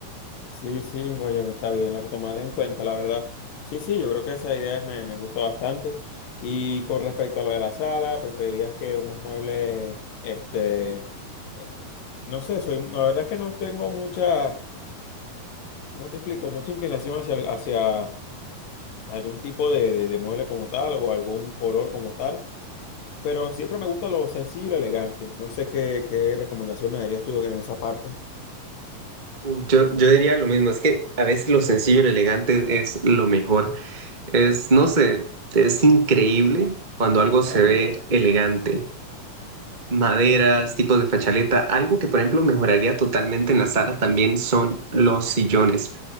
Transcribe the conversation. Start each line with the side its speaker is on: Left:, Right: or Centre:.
Left: Sí, sí, oye, está bien, lo que tomaré en cuenta, la verdad. Sí, sí, yo creo que esa idea me, me gusta bastante. Y con respecto a lo de la sala, preferirías que unos muebles, este, eh, no sé, soy, la verdad es que no tengo mucha, ¿cómo te explico? Mucha inclinación hacia, hacia algún tipo de, de, de mueble como tal o algún color como tal, pero siempre me gusta lo sencillo y lo elegante. No sé qué, qué recomendación me darías tú en esa parte.
Right: Uh, Yo, yo diría lo mismo, es que a veces lo sencillo y lo elegante es lo mejor. Es, no sé, es increíble cuando algo se ve elegante. Maderas, tipos de fachaleta, algo que por ejemplo mejoraría totalmente en la sala también son los sillones.